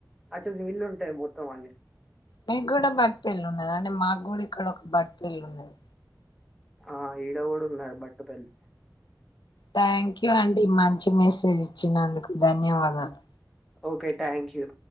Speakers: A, in the centre; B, on the left.
A: అటు నీళ్లు ఉంటాయ్ మొత్తం అండి
B: మీకు కూడా బట్ పిల్ ఉన్నది అంటే మాకు కూడా ఇక్కడ ఒక బట్ పిల్ ఉన్నది
A: ఆ ఇడ కూడా ఉన్నాది బట్ పల్లి
B: థ్యాంక్ అండి మంచి మెసేజ్ ఇచ్చినందుకు ధన్యవాదాలు
A: ఓకే థ్యాంక్ యూ